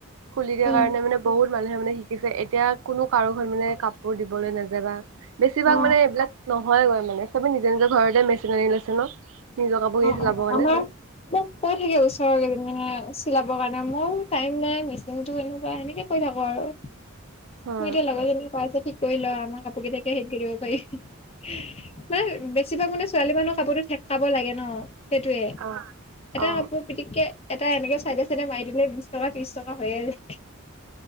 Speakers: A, on the right; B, on the left.
A: খুলি দিয়া
B: উম
A: কাৰণে মানে বহুত মানুহে মানে শিকিছে এতিয়া কোনো কাৰো ঘল মানে কাপোৰ দিবলৈ নাযাবা বেছিভাগ
B: অ
A: মানে এইবিলাক নহয়গৈ মানে চবে নিজে নিজৰ ঘৰতে মেচিন আনি লৈছে ন নিজৰ কাপোৰখিনি
B: অ
A: চিলাবৰ
B: অ
A: কাৰণে
B: আমাৰ মোক কৈ থাকে ওচৰৰ কেইজন মানে চিলাবৰ কাৰণে মইয়ো টাইম নাই মেচিনটো এনেকুৱা এনেকে কৈ থাকো আৰু।
A: অ
B: মোৰ এতিয়া লগৰজনী প্ৰাইভেট শিকি কৰি লওঁ আৰু, আমাৰ কাপোৰ কেইতাকে হেৰি কৰি দিব পাৰি বা বেছিভাগ মানে ছোৱালী মানুহৰ কাপোৰ ঠেকাব লাগে ন। সেইটোয়ে
A: অ
B: এটা
A: অ
B: কাপোৰ পিতিকে এটা এনেকে চাইডে চাইডে মাৰি দিলে টকা ত্ৰিছ টকা হৈয়ে যায়।